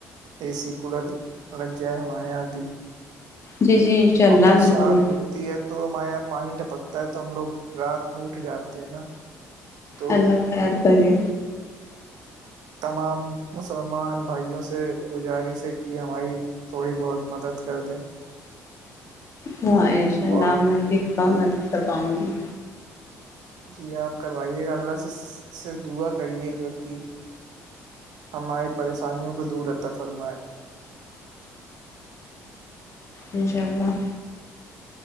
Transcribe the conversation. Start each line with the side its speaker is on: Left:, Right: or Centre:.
Right: اے سی کولر لگ جائے ہمارے یہاں ابھی
Left: جی جی انشاء اللہ
Right: اور برسات
Left: ضرور
Right: ہو تی ہے تو ہمارے یہاں پانی ٹپکتا ہے تو ہم لوگ رات میں اٹھ جاتے ہیں نا تو
Left: اللہ تیار کری
Right: تمام مسلمان بھائیوں سے گزارش ہے کہ ہماری تھوڑی بہت مدد کر دیں
Left: ہاں ان شاء اللہ
Right: اور
Left: میں فتا مدد کرواؤں گی
Right: جی آپ کروائیے گا اللہ سے دعا کریے گا کہ ہماری پریشانیوں کو دور رہتا فرمائے
Left: انشاء اللہ